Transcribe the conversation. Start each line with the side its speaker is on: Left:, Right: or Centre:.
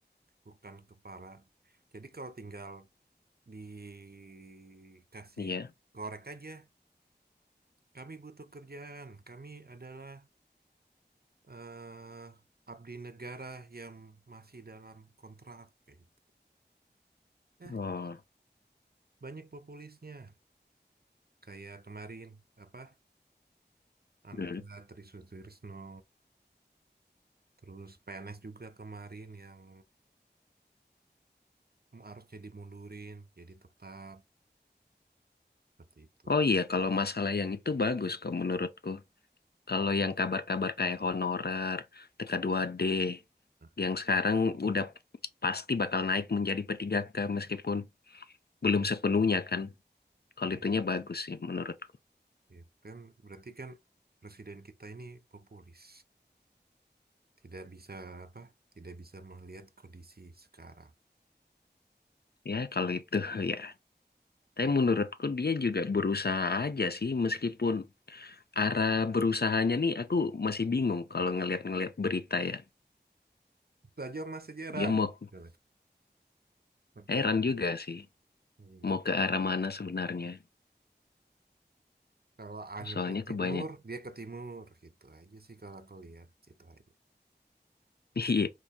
Right: bukan kepala. Jadi kalau tinggal dikasih
Left: iya.
Right: korek aja. Kami butuh kerjaan. Kami adalah eh, abdi negara yang masih dalam kontrak. Kayak gitu. Nah,
Left: Oh.
Right: banyak populisnya. Kayak kemarin apa anak
Left: hmm.
Right: eh, Tri Sutrisno, terus PNS juga kemarin yang harusnya dimundurin jadi tetap seperti itu.
Left: Oh iya, kalau masalah yang itu bagus kok menurutku. Kalau yang kabar-kabar kayak honorer, tk dua d
Right: Nah,
Left: yang sekarang udah pasti bakal naik menjadi P3K meskipun belum sepenuhnya kan. Kalau
Right: gitu.
Left: itunya bagus sih menurutku.
Right: gitu. Kan berarti kan presiden kita ini populis. tidak bisa apa tidak bisa melihat kondisi sekarang
Left: Ya, kalau itu <laughs> ya. Tapi menurutku dia juga berusaha aja sih meskipun arah berusahanya nih aku masih bingung kalau
Right: nah,
Left: ngeliat-ngeliat berita ya.
Right: itu aja mas sejarah
Left: Dia mau
Right: gitu seperti
Left: heran juga sih
Right: iya
Left: mau ke arah mana sebenarnya.
Right: kalau angin
Left: Soalnya
Right: ke timur
Left: kebanyak. <laughs>
Right: dia ke timur gitu aja sih kalau aku lihat gitu aja
Left: Iya,